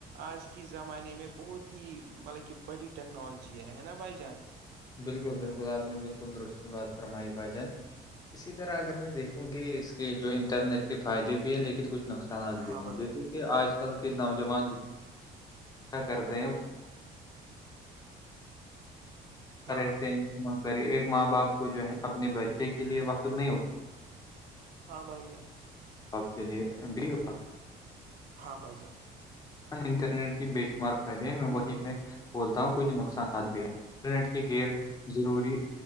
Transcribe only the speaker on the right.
آج کی زمانے میں بہت ہی مطلب کہ بڑی ٹیکنالوجی ہے ہے نا بھائی جان
ہاں
بھائی
جان
ہاں
بھائی جان
ہاں بھائی جان
ہاں بائی جے